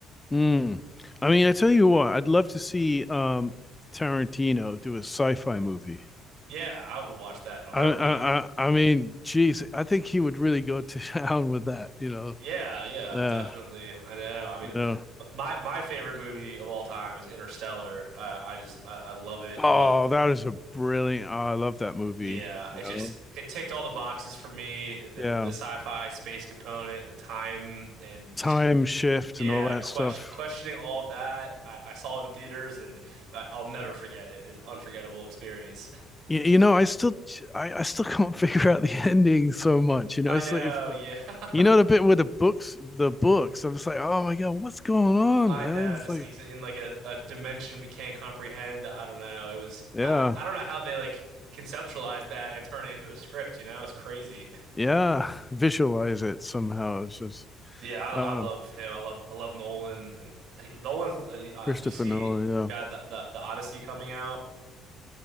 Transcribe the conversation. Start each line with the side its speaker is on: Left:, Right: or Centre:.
Left: Mm. I mean, I tell you what, I'd love to see um Tarantino do a sci-fi movie.
Right: Yeah, I would watch that in a heartbeat.
Left: I I I, I mean, geez, I think he would really go to <laughs> town with that, you know.
Right: Yeah, yeah,
Left: Uh,
Right: definitely. I know. I mean,
Left: you know.
Right: m- my my favorite movie of all time is Interstellar. I I just I, I love it.
Left: Oh,
Right: I love.
Left: that is a brilliant. Oh, I love that movie,
Right: Yeah,
Left: you
Right: it
Left: know.
Right: just it ticked all the boxes for me. The
Left: Yeah.
Right: the sci-fi space component, the time, and
Left: Time
Right: just,
Left: shift
Right: yeah,
Left: and all that
Right: question,
Left: stuff.
Right: questioning all of that. I, I saw it in theaters, and I, I'll never forget it. It's an unforgettable experience.
Left: You, you know, I still I, I still <laughs> can't figure out the <laughs> ending so much, you know.
Right: I
Left: It's
Right: know.
Left: like if
Right: Yeah. <laughs>
Left: You know the bit with the books, the books. I was like, oh my god, what's going on,
Right: I
Left: man?
Right: know,
Left: It's
Right: just
Left: like,
Right: like he's in like a, a dimension we can't comprehend. I don't know. It was
Left: yeah,
Right: I I I don't know how they like conceptualize that and turn it into a script, you know? It's crazy.
Left: yeah. <laughs> Visualize it somehow. It's just
Right: Yeah, I
Left: um,
Right: I love him. I love I love Nolan and he, Nolan's uh, uh,
Left: Christopher
Right: you see
Left: Nolan.
Right: he's got the, the the Odyssey coming out.